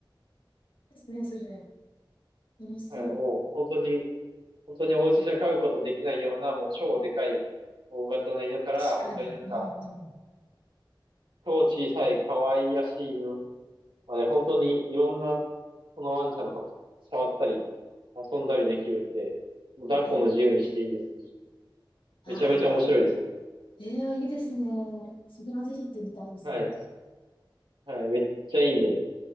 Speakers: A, on the left; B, on the right.
A: ですね、それ。楽しそう。
B: はい、もう本当に本当にお家じゃ飼うことできないような、もう超でかい大型な犬から、
A: 確かに。
B: 本当になんか、
A: うんうん。
B: 超小さい可愛いらしい犬まで、本当にいろんな、このワンちゃんと触ったり、遊んだりできるんで、もう抱っこも自由にしていいですし、
A: ねああ
B: めちゃめちゃ面白いですね。
A: ー、ええいいですね。それはぜひ行ってみたいです。
B: はい。はい。めっちゃいいんで、